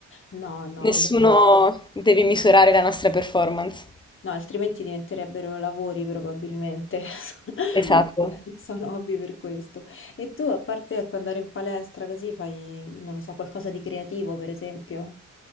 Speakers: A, on the left; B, on the left.
A: No, no,
B: Nessuno
A: devono essere-
B: deve misurare la nostra performance.
A: no, altrimenti diventerebbero lavori probabilmente. <laughs>
B: Esatto.
A: Sono hobby per questo. E tu, a parte ecco, andare in palestra così, fai, non lo so, qualcosa di creativo, per esempio?